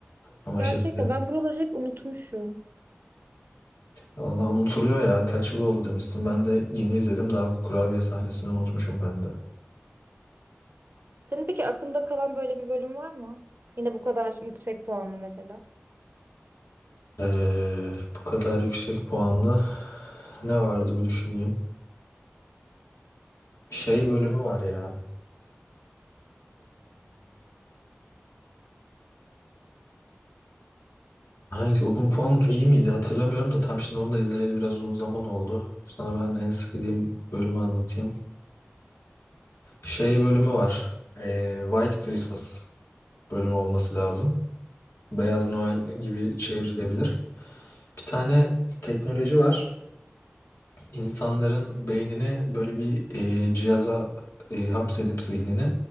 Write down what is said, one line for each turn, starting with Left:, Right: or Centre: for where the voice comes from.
Left: Ama
Right: Gerçekten
Left: işte tabii
Right: ben buraları hep unutmuşum.
Left: Allah unutuluyor ya kaç yıl oldu demişsin. Ben de yeni izledim daha kurabiye sahnesini unutmuşum ben de.
Right: Senin peki aklında kalan böyle bir bölüm var mı? Yine bu kadar yüksek puanlı mesela.
Left: Ee, bu kadar yüksek puanlı ne vardı bir düşüneyim. Şey bölümü var ya. Hangisi? Open Pond iyi miydi? Hatırlamıyorum da tam şimdi onu da izleyeli biraz uzun zaman oldu. Sana ben en sevdiğim bölümü anlatayım. Şey bölümü var. Ee, White Christmas bölümü olması lazım. Beyaz Noel gibi çevrilebilir. Bir tane teknoloji var. İnsanların beynini böyle bir e, cihaza e, hapsedip zihnini